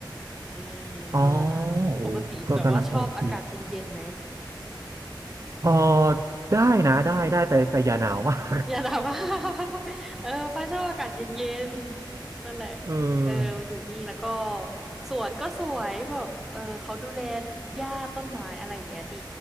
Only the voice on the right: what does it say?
อ๋อโอ้ยก็กำลังโอเคเออได้นะได้ได้แต่แต่อย่าหนาวมาก
<laughs> เออ